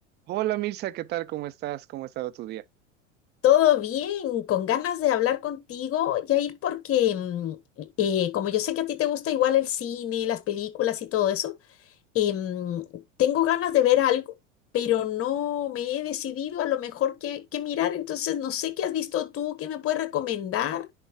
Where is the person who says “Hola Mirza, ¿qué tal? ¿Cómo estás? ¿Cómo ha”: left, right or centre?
Right